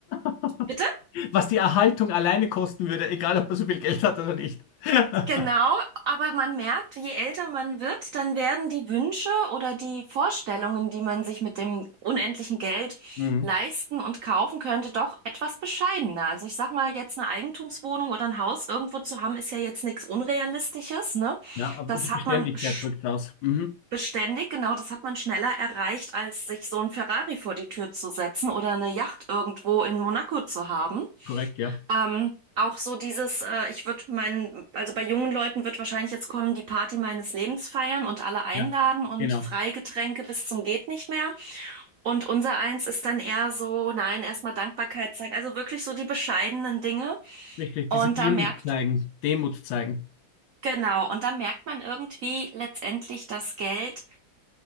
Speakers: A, on the left; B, on the right.
A: <laughs>
B: bitte?
A: was die Erhaltung alleine kosten würde, egal ob er so viel Geld hat oder nicht. <laughs>
B: Genau, aber man merkt, je älter man wird, dann werden die Wünsche oder die Vorstellungen, die man sich mit dem unendlichen Geld
A: Mhm.
B: leisten und kaufen könnte, doch etwas bescheidener. Also ich sag mal, jetzt eine Eigentumswohnung oder ein Haus irgendwo zu haben, ist ja jetzt nichts Unrealistisches, ne?
A: Ja, aber
B: Das
A: und die Beständigkeit
B: hat man sch-
A: drückt aus. Mhm.
B: beständig, genau, das hat man schneller erreicht, als sich so ein Ferrari vor die Tür zu setzen oder eine Yacht irgendwo in Monaco zu haben.
A: Korrekt, ja.
B: Ähm, auch so dieses, äh, ich würde meinen, also bei jungen Leuten wird wahrscheinlich jetzt kommen, die Party meines Lebens feiern und alle einladen
A: Ja,
B: und
A: genau.
B: Freigetränke bis zum geht nicht mehr. Und unser eins ist dann eher so, nein, erstmal Dankbarkeit zeigen. Also wirklich so die bescheidenen Dinge.
A: Richtig,
B: Und
A: diese Demut
B: da merkt,
A: zeigen, Demut zeigen.
B: genau, und da merkt man irgendwie letztendlich, dass Geld